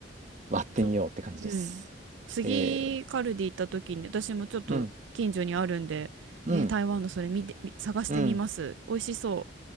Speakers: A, on the right; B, on the right.
A: 割ってみようって感じです。
B: ちょ、うん。次カルディ行った時に私もちょっと近所にあるんで、
A: えー、うん、うん、
B: え、台湾のそれ見て、み探してみます。
A: うん。
B: 美味しそう。